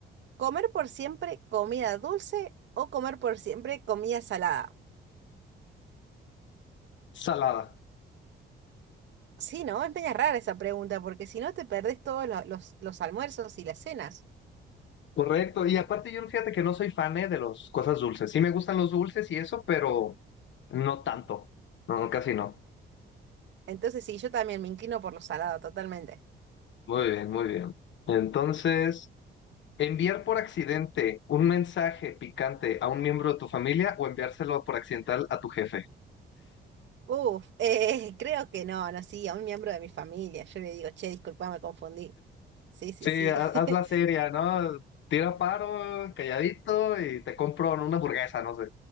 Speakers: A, on the right (about 65°); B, on the left (about 70°).
A: ¿Comer por siempre comida dulce o comer por siempre comida salada?
B: Salada.
A: Sí, ¿no? Es media rara esa pregunta, porque si no te perdés todos lo- los, los almuerzos y las cenas.
B: Correcto, y aparte yo fíjate que no soy fan eh, de las cosas dulces. Sí me gustan los dulces y eso, pero no tanto. No, casi no.
A: Entonces sí, yo también me inclino por lo salado, totalmente.
B: Muy bien, muy bien. Entonces, enviar por accidente un mensaje picante a un miembro de tu familia o enviárselo por accidental a tu jefe.
A: Uf, eh, <laughs> creo que no, no, sí, a un miembro de mi familia. Yo le digo, che, disculpa, me confundí. Sí, sí,
B: Sí,
A: sí,
B: ha- haz
A: <laughs>
B: la seria, ¿no? Tira paro, calladito y te compro una hamburguesa, no sé.